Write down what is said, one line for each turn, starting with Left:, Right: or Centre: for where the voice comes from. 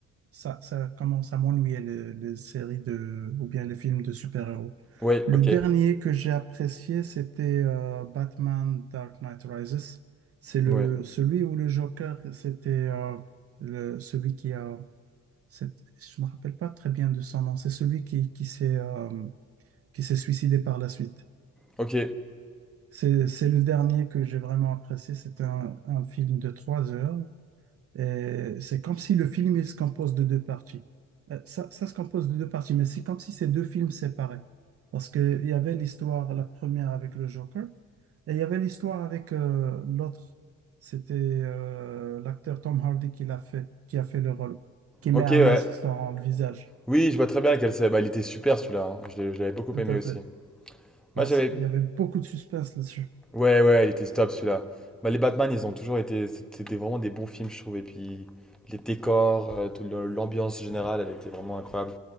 Right: ça, ça commence à m'ennuyer les, les séries de, ou bien les films de super-héros.
Centre: Oui,
Right: Le
Centre: ok.
Right: dernier que j'ai apprécié, c'était euh, Batman Dark Knight Rises. C'est le,
Centre: Ouais.
Right: celui où le Joker, c'était euh, le, celui qui a, c'est- je me rappelle pas très bien de son nom, c'est celui qui, qui s'est euh, qui s'est suicidé par la suite.
Centre: Ok.
Right: C'est, c'est le dernier que j'ai vraiment apprécié. C'est un, un film de trois heures euh, c'est comme si le film il se compose de deux parties. Euh, ça, ça se compose de deux parties, mais c'est comme si c'est deux films séparés. Parce qu'il y avait l'histoire, la première avec le Joker, et il y avait l'histoire avec euh, l'autre. C'était euh, l'acteur Tom Hardy qui l'a fait, qui a fait le rôle, qui met
Centre: Ok,
Right: un
Centre: ouais.
Right: masque dans le visage.
Centre: Oui, je vois très bien lequel c'est. Bah, il était super celui-là. hein. Je l'ai- je l'avais beaucoup
Right: Tout
Centre: aimé
Right: à
Centre: aussi.
Right: fait. Parce-
Centre: Moi, j'avais.
Right: il y avait beaucoup de suspense là-dessus.
Centre: Ouais, ouais, il était top celui-là. Bah, les Batman, ils ont toujours été. C'était vraiment des bons films, je trouve. Et puis, les décors, euh, tout le- l'ambiance générale, elle était vraiment incroyable.